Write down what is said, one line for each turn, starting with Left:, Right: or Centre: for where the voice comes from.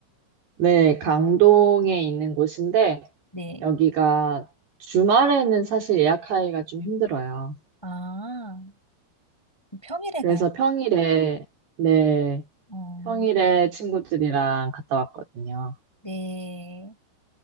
Right: 네, 강동에 있는 곳인데
Centre: 네.
Right: 여기가 주말에는 사실 예약하기가 좀 힘들어요.
Centre: 아, 평일에
Right: 그래서
Centre: 가요.
Right: 평일에, 네,
Centre: 어,
Right: 평일에 친구들이랑 갔다 왔거든요.
Centre: 네.